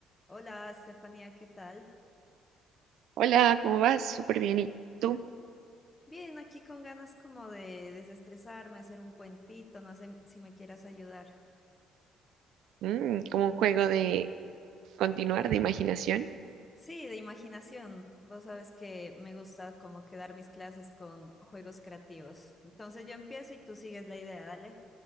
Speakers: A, on the left (about 15°); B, on the right (about 70°).
A: Hola, Estefanía, ¿qué tal?
B: Hola, ¿cómo vas? Súper bien. ¿Y tú?
A: Bien, aquí con ganas como de desestresarme, hacer un cuentito, no sé si me quieras ayudar.
B: Mm, como un juego de continuar, de imaginación.
A: Sí, de imaginación. Vos sabes que me gusta como quedar mis clases con juegos creativos. Entonces yo empiezo y tú sigues la idea, dale.